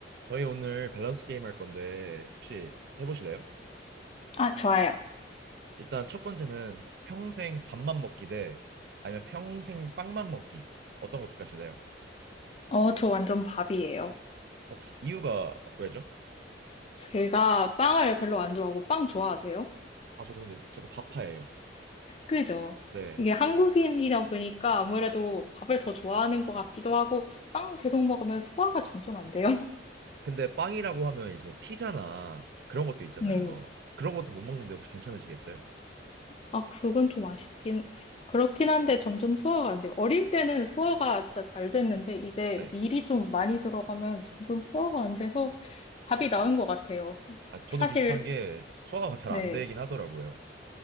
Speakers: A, on the right; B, on the left.
A: 저희 오늘 밸런스 게임 할 건데 혹시 해보실래요?
B: 아, 좋아요.
A: 일단 첫 번째는 평생 밥만 먹기 대 아니면 평생 빵만 먹기 어떤 거 택하실래요?
B: 어, 저 완전 밥이에요.
A: 혹시 이유가 왜죠?
B: 제가 빵을 별로 안 좋아하고 빵 좋아하세요?
A: 아 저도 근데 저도 밥파예요.
B: 그죠?
A: 네.
B: 이게 한국인이다 보니까 아무래도 밥을 더 좋아하는 것 같기도 하고 빵 계속 먹으면 소화가 점점 안 돼요. <laughs>
A: 근데 빵이라고 하면 이제 피자나 그런 것도 있잖아요.
B: 네.
A: 그런 것도 못 먹는데 혹시 괜찮으시겠어요?
B: 아, 그건 좀 아쉽긴 그렇긴 한데 점점 소화가 안 돼요. 어릴 때는 소화가 진짜 잘 됐는데 이제
A: 네.
B: 밀이 좀 많이 들어가면 점점 소화가 안 돼서 밥이 나은 것 같아요.
A: 아 저도
B: 사실
A: 비슷한 게 소화가 잘
B: 네.
A: 안 되긴 하더라고요.